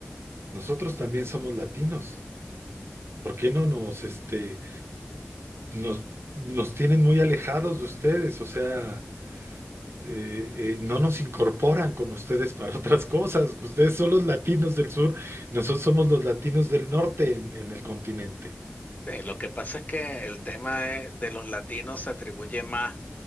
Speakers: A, on the right; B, on the left.
A: nosotros también somos latinos. ¿Por qué no nos, este, nos, nos tienen muy alejados de ustedes, o sea, eh, eh, no nos incorporan con ustedes para otras cosas, que ustedes son los latinos del sur, nosotros somos los latinos del norte en, en el continente.
B: Sí, lo que pasa es que el tema de de los latinos se atribuye más